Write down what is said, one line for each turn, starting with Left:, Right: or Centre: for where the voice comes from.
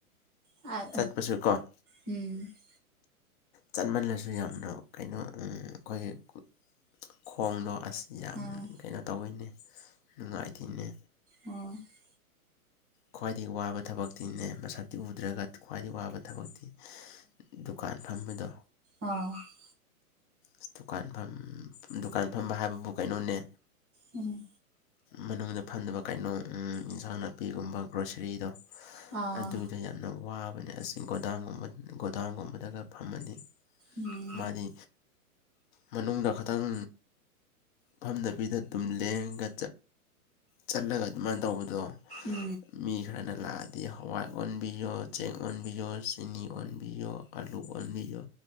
Right: ꯑ
Left: ꯆꯠꯄꯁꯨ ꯀꯣ
Right: ꯎꯝ <unintelligible> <inaudible>
Left: ꯆꯠꯃꯜꯂꯁꯨ ꯌꯥꯝꯅ ꯀꯩꯅꯣ ꯑꯩꯈꯣꯏꯒꯤ ꯈꯣꯡꯗꯣ ꯑꯁ ꯌꯥꯝ
Right: ꯑꯥ
Left: ꯀꯩꯅꯣ ꯇꯧꯋꯤꯅꯦ ꯅꯨꯡꯉꯥꯏꯇꯣꯏꯅꯦ
Right: ꯑꯣ <unintelligible> <inaudible>
Left: ꯈ꯭ꯋꯥꯏꯗꯒꯤ ꯋꯥꯕ ꯊꯕꯛ ꯛꯇꯤꯅꯦ ꯃꯁꯛꯇꯤ ꯎꯗ꯭ꯔꯒ ꯈ꯭ꯋꯥꯏꯗꯗꯒꯤ ꯋꯥꯕ ꯊꯕꯛꯇꯤ ꯗꯨꯀꯥꯟ ꯐꯝꯕꯗꯣ
Right: ꯑꯥ <unintelligible> <inaudible>
Left: ꯑ ꯗꯨꯀꯥꯟ ꯗꯨꯀꯥꯟ ꯐꯝꯕ ꯍꯥꯏꯕꯕꯨ ꯀꯩꯅꯣꯅꯦ
Right: ꯎꯝ ꯎꯝ
Left: ꯃꯅꯨꯡꯗ ꯐꯟꯗꯕ ꯀꯩꯅꯣ ꯏꯟꯁꯥꯡ ꯅꯥꯄꯤꯒꯨꯝꯕ ꯒ꯭ꯔꯣꯁꯔꯤꯗꯣ
Right: ꯑꯥ ꯎꯝ ꯑꯥ
Left: ꯑꯗꯨꯏꯗꯣ ꯌꯥꯝꯅ ꯋꯥꯕꯅꯦ ꯑꯁꯤ ꯒꯣꯗꯥꯡꯒꯨꯝꯕꯗ ꯒꯣꯗꯥꯎꯟꯒꯨꯝꯕꯗꯒ ꯐꯝꯃꯅꯤ
Right: ꯎꯝ
Left: ꯃꯥꯗꯤ ꯃꯅꯨꯡꯗ ꯈꯤꯇꯪ ꯐꯝꯗꯕꯤꯗ ꯑꯗꯨꯝ ꯂꯦꯡꯒ ꯆꯠꯂꯒ ꯑꯗꯨꯃꯥꯏꯅ ꯇꯧꯕꯗꯣ
Right: ꯎꯝ
Left: ꯃꯤ ꯈꯔꯅ ꯂꯥꯛꯑꯗꯤ ꯍꯋꯥꯏ ꯑꯣꯟꯕꯤꯌꯣ ꯆꯦꯡ ꯑꯣꯟꯕꯤꯌꯣ ꯆꯤꯅꯤ ꯑꯣꯟꯕꯤꯌꯣ ꯑꯥꯂꯨ ꯑꯣꯟꯕꯤꯌꯣ